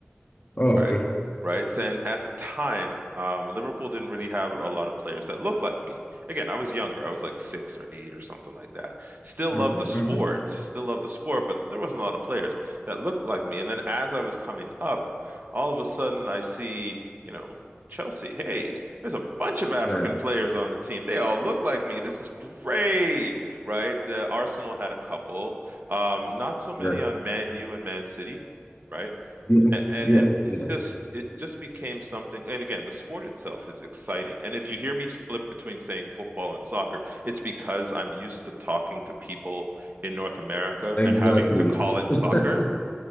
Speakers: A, on the left (about 35°); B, on the right (about 45°).
A: Oh,
B: Right.
A: okay.
B: Right. So, And at the time, um, Liverpool didn't really have a lot of players that looked like me. Again, I was younger. I was like six or eight or something like that. Still
A: hmm
B: loved the sport,
A: hmm
B: still loved the sport, but there wasn't a lot of players that looked like me. And then as I was coming up, all of a sudden I see, you know, Chelsea. Hey, there's a bunch of African
A: Yeah.
B: players on the team. They all look like me. This is great, right? The Arsenal had a couple. Um, not so many
A: Yeah,
B: on Man U and Man City. Right.
A: Yeah,
B: A- And,
A: yeah,
B: and it's
A: yeah.
B: just it just became something. And again, the sport itself is exciting. And if you hear me flip between saying football and soccer, it's because I'm used to talking to people in North America
A: exactly.
B: and having to call it soccer,
A: <laughs>